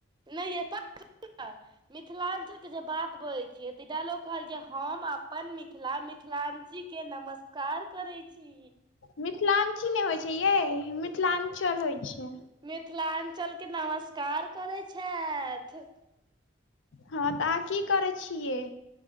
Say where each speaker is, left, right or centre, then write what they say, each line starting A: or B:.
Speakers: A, on the right (about 25°); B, on the left (about 70°).
A: नै यै <unintelligible> मिथिलाञ्चलके जे बात बजै छियै तऽ ई डायलोग कहलकै हम अपन मिथिला मिथिलाञ्चीके नमस्कार करै छी।
B: मिथिलाञ्ची नै होइ छै यै मिथिलाञ्चल होइ छै।
A: मिथिलाञ्चलके नमस्कार करै छथि।
B: हँ तऽ अहाँ की करै छियै?